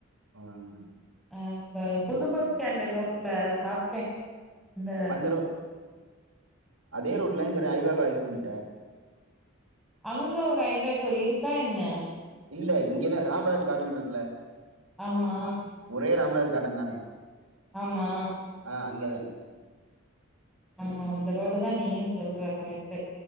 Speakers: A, on the right; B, in the centre.
A: ம்
B: ஆ ப புது பஸ் ஸ்டேண்டு் ரோட்ல சாப்ட்டன் இந்த
A: அந்த ரோ அதே ரோட்லன் சொல்ற ஐவாக்கு ஐஸ்கிரீம்ட்ட
B: அங்க ஒரு ஐபேக்கு இருக்கா என்ன
A: இல்ல இங்கதா ராம்ராஜ் காட்டன் இருக்குல்ல
B: ஆமா
A: ஒரே ராம்ராஜ் காட்டன் தானே
B: ஆமா
A: ஆ அங்கதா
B: ஆமா அந்த ரோடு தா நீயும் சொல்ற கரெட்டு